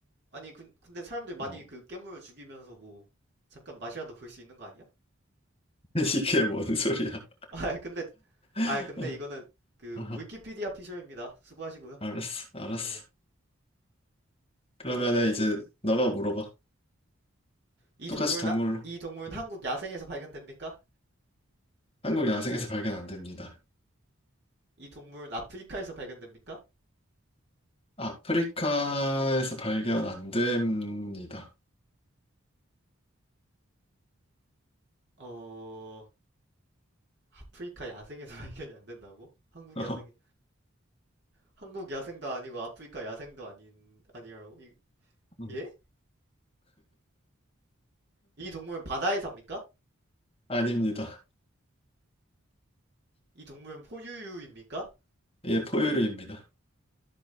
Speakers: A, on the right (about 50°); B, on the left (about 25°).
A: 아니 근, 근데 사람들이 많이
B: 어.
A: 그 깨물어 죽이면서 뭐 잠깐 맛이라도 볼 수 있는 거 아니야?
B: <laughs> 이게 뭔 소리야?
A: <laughs> 아 근데 아
B: <laughs>
A: 근데 이거는 그
B: 아,
A: 위키피디아 피셜입니다. 수고하시고요.
B: 알았어, 알았어.
A: 예.
B: 그러면은
A: 오케이 그럼
B: 이제 너가 물어봐.
A: 이
B: 똑같이
A: 동물은
B: 동물로.
A: 아- 이 동물은
B: 음.
A: 한국 야생에서 발견됩니까?
B: 한국 야생에서 발견 안 됩니다.
A: 이 동물은 아프리카에서 발견됩니까?
B: 아프리카에서 발견 안 됩니다.
A: 어 아프리카 야생에서 <laughs> 발견이 안 된다고? 한국
B: <laughs>
A: 야생 한국 야생도 아니고 아프리카 야생도 아닌 아니라고? 이,
B: 음.
A: 예? 이 동물은 바다에 삽니까?
B: 아닙니다.
A: 이 동물은 포유류입니까?
B: 예, 포유류입니다.